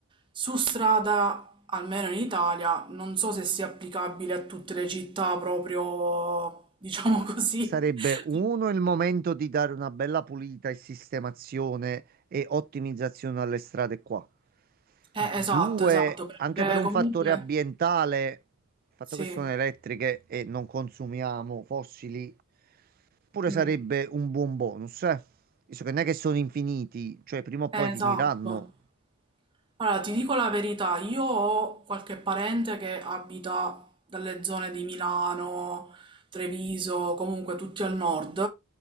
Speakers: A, on the right (about 20°); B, on the right (about 40°).
A: su strada, almeno in Italia, non so se sia applicabile a tutte le città proprio, diciamo così.
B: Sarebbe
A: <laughs>
B: uno il momento di dare una bella pulita e sistemazione e ottimizzazione alle strade qua.
A: Eh,
B: Due,
A: esatto, esatto, perché
B: anche per un
A: comunque
B: fattore ambientale, il fatto
A: sì,
B: che sono elettriche e non consumiamo fossili, pure
A: mm,
B: sarebbe un buon bonus, eh. Visto che non è che sono infiniti, cioè prima o poi
A: eh,
B: finiranno.
A: esatto. Allora, ti dico la verità, io ho qualche parente che abita dalle zone di Milano, Treviso, comunque tutti al nord,